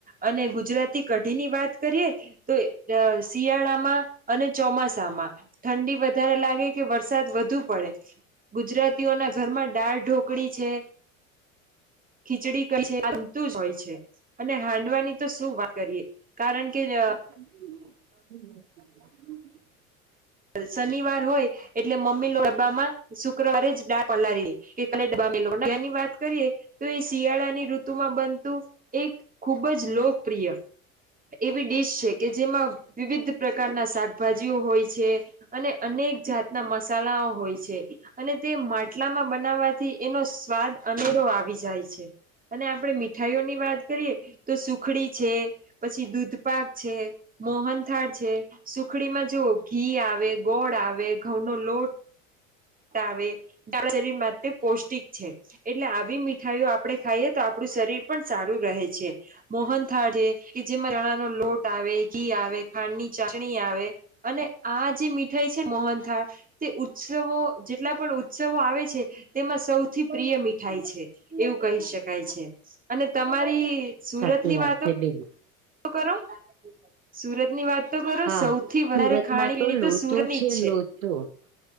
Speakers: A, on the right; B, on the right.
A: અને ગુજરાત તી કઢી ની વાત કરીએ તો અ શિયાળામાં અને ચોમાસામાં ઠંડી વધારે લાગે કે વરસાદ વધુ પડે ગુજરાતીઓના ઘરમાં દાળ ઢોકળી છે, ખીચડી <unintelligible> છે. બધું જ હોય છે, અને હાંડવાની તો શું વાત કરીએ કારણ કે અ
B: <inaudible>
A: શનિવાર હોય એટલે મમ્મી લો ડબ્બામાં શુક્રવારે જ ડાળ પલારીએ કે કાલે <unintelligible> વાત કરીએ. તો એ શિયાળાની ઋતુમાં બનતું એક ખૂબ જ લોકપ્રિય એવી ડીશ છે, કે જેમાં વિવિધ પ્રકારના શાકભાજીઓ હોય છે. અને અનેક જાતના મસાલાઓ હોય છે. અને તે માટલામાં બનાવવાથી એનો સ્વાદ અનેરો આવી જાય છે. અને આપણે મીઠાઈઓની વાત કરીએ તો સુખડી છે. પછી દૂધપાક છે, મોહનથાળ છે, સુખડીમાં જુઓ ઘી આ વે ગોળ આવે ઘઉંનો લો ટ આવે આપણા શરીર માટે પૌષ્ટિક છે. એટલે આવી મીઠાઈઓ આપણે ખાઈએ તો આપણું શરીર પણ સારું રહે છે. મોહન થાળ છે, કે જેમાં ચણાનો લોટ આવે ઘી આવે ખાંડની ચાસણી આવે અને આ જે મીઠાઈ છે, મોહનથાળ તે ઉત્સવો જેટલા પણ ઉત્સવો આવે છે, તેમાં સૌથી પ્રિય મીઠાઈ છે. એવું કહી શકાય છે, અને તમારી સુરત
B: સાચી
A: ની
B: વાત
A: વાતો
B: છે બેન
A: કરો સુરતની વાત તો કરો
B: હા
A: સૌથી વધારે
B: સુરતમાં
A: ખાણી પીણી તો
B: લોચો
A: સુરની જ છે.
B: <inaudible>